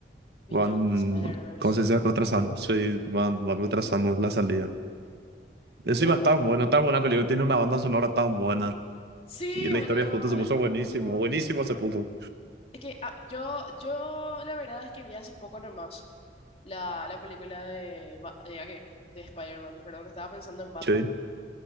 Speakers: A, on the left; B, on the right.
A: Beyond
B: van,
A: the Spider-Verse.
B: ¿cómo se dice? Retrasando. Sí, van, van retrasando la salida. Encima
A: Pero,
B: está bueno, tan buena película, tiene una banda sonora tan buena.
A: sí,
B: Y la
A: boludo,
B: historia justo se puso
A: es buenísimo.
B: buenísimo, buenísimo se puso.
A: Es que ah, yo, yo, la verdad es que vi hace poco nomás la, la película de, Ba- de, ¿a qué? De Spider-Man, perdón, estaba pensando en Batman.
B: Sí.